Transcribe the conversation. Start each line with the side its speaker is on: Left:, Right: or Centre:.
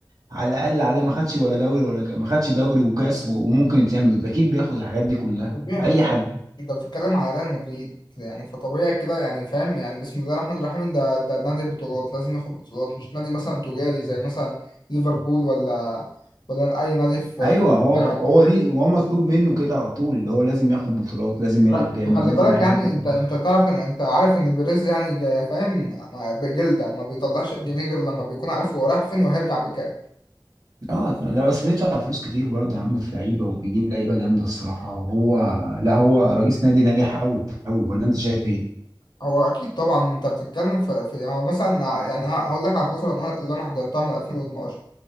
Right: على الاقل على ما خدش ولا دوري ولا ما خدش دوري وكاس و- وممكن يتعمل اكيد بياخد الحاجات دي كلها
Left: طبيعي
Right: اي
Left: طبعا
Right: حد
Left: أنت بتتكلم على ريال مدريد يعني فطبيعي كده يعني فاهم يعني بسم الله الرحمن الرحيم ده ده نادي بطولات لازم ياخد بطولات مش نادي مثلا تجاري زي مثلا ليفربول ولا ولا أي نادي في
Right: ايوه هو
Left: في- أوروبا.
Right: هو دي هو مطلوب منه كده على طول اللي هو لازم ياخد بطولات لازم يلعب
Left: خل-
Right: جامد
Left: خلي
Right: لازم
Left: بالك
Right: الحاجات
Left: يعني
Right: دي كلها
Left: انت انت تعرف ان انت عارف ان بيريز يعني جا- فاهم ما- بجلده ما بيطلعش الجنيه غير لما بيكون عارف هو رايح فين وهيرجع بكام
Right: اه لا بس بيدفع فلوس كتير برضه يا عم في لعيبه وبيجيب لعيبه جامده الصراحه وهو لا هو رئيس نادي ناجح قوي قوي ولا انت شايف ايه؟
Left: هو اكيد طبعا انت بتتكلم في, في يعني هو مثلا ع- يعني ه- هقول لك على الفتره اللي انا اللي أنا حضرتها من 2012